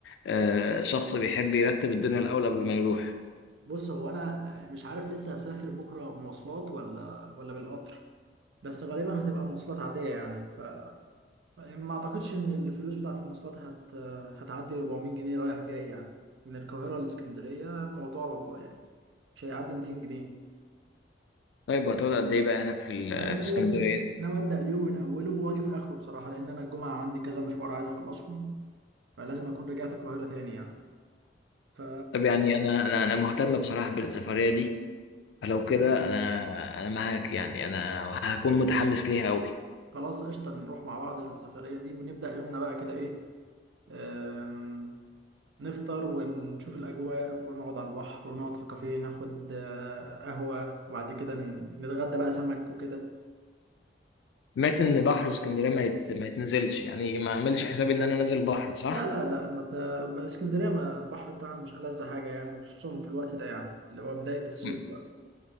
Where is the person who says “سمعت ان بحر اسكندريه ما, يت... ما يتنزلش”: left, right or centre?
Left